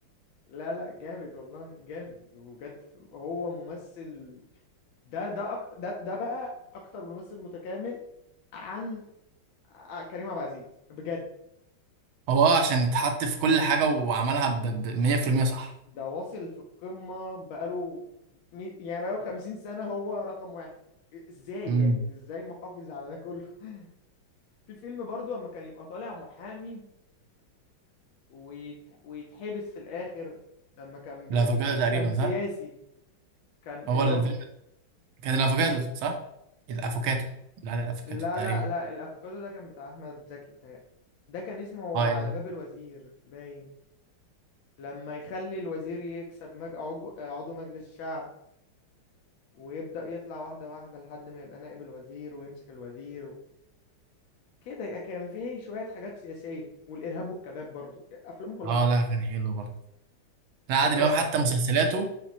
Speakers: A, on the left; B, on the right.
A: لا لا جامد والله جامد وبجد هو ممثل ده ده أك... ده ده بقى اكتر ممثل متكامل عن ع- كريم عبد العزيز بجد
B: هو عشان اتحط في كل حاجة وعملها ب 100% صح
A: ده واصل في القمة بقاله مي- يعني بقاله 50 سنة هو رقم واحد ازاي
B: امم
A: يعني ازاي محافظ على ده كله <laughs> في فيلم برضو اما كان يبقى طالع محامي ويت... ويتحبس في الآخر لما كان بي...
B: الافوكادو
A: كان...
B: تقريبا
A: كان سياسي
B: صح
A: كان
B: هو
A: اللي
B: الفيلم
A: هو
B: كان الافوكادو صح الافوكادو لا لا، الافوكادو
A: لا
B: تقريبا
A: لا لا الافوكادو ده كان بتاع احمد زكي بتاعي ده كان اسمه
B: اه ايوه
A: على باب الوزير باين لما يخلي الوزير يكسب مج... عجو... عضو مجلس الشعب ويبدأ يطلع واحدة واحدة لحد ما يبقى نائب الوزير ويمسك الوزير كده كان فيه شوية حاجات سياسية والإرهاب والكباب برضو أفلامه كلها
B: اه
A: حلوة
B: ده كان حلو برضه لا عادل
A: أنت
B: امام حتى مسلسلاته